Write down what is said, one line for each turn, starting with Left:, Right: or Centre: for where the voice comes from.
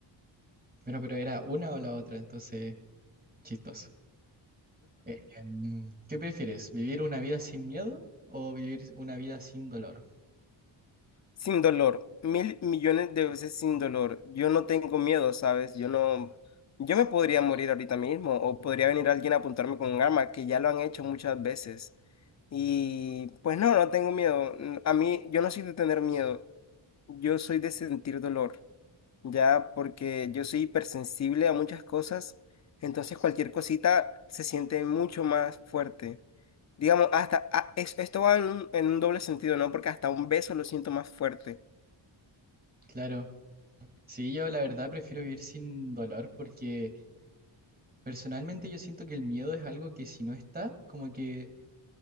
Right: Bueno, pero era una o la otra, entonces, chistoso. Eh, em, ¿qué prefieres? ¿Vivir una vida sin miedo o vivir una vida sin dolor?
Left: Sin dolor, mil millones de veces sin dolor. Yo no tengo miedo, ¿sabes? Yo no, yo me podría morir ahorita mismo o podría venir alguien a apuntarme con un arma, que ya lo han hecho muchas veces. Y pues no, no tengo miedo. A mí, yo no soy de tener miedo, yo soy de sentir dolor. ya porque yo soy hipersensible a muchas cosas, entonces cualquier cosita se siente mucho más fuerte. Digamos, hasta a- es- esto va en un, en un doble sentido, ¿no? Porque hasta un beso lo siento más fuerte.
Right: Claro. Sí, yo la verdad prefiero vivir sin dolor porque personalmente yo siento que el miedo es algo que si no está, como que